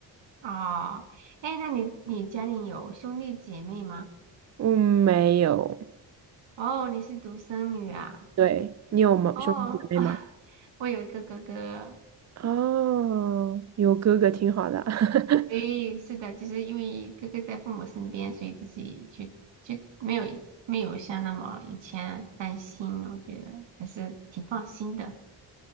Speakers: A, on the right; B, on the right.
A: 哦，哎，那你你家里有兄弟姐妹吗？
B: 嗯，没有。
A: 哦，你是独生女啊？
B: 对，你有吗？
A: 哦，
B: 兄弟姐妹吗？
A: <laughs> 我有一个哥哥
B: 哦，有哥哥挺好的。<laughs>
A: 所以是的，就是因为哥哥在父母身边，所以自己就就没有没有像那么以前担心，我觉得还是挺放心的。